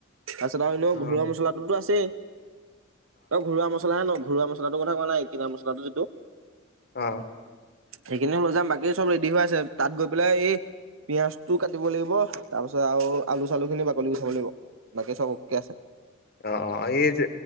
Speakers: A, on the right; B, on the left.
A: তাৰপিছত আৰু এ ন
B: অ অ
A: ঘৰুৱা মছলাটোতো আছেই, অ ঘৰুৱা মছলাহে ন ঘৰুৱা মছলাটো কথা কোৱা নাই কিনা মছলাটো যিটো
B: অ
A: সেইখিনি লৈ যাম বাকী চব ৰেডি হৈ আছে তাত গৈ পেলাই এই পিয়াজটো কাটি দিব লাগিব তাৰ পিছত আৰু আলু চালু খিনি বাকলি গুচাব লাগিব বাকী চব অকে আছে।
B: অ অ এই